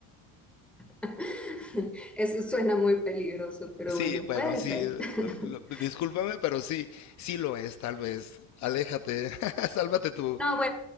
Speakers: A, in the centre; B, on the left.
A: <laughs> Eso suena muy peligroso, pero
B: Sí,
A: bueno,
B: bueno,
A: puede
B: sí,
A: ser.
B: eh,
A: <laughs>
B: lo- discúlpame, pero sí, sí lo es, tal vez. Aléjate, <laughs> sálvate tú.
A: No, bueno,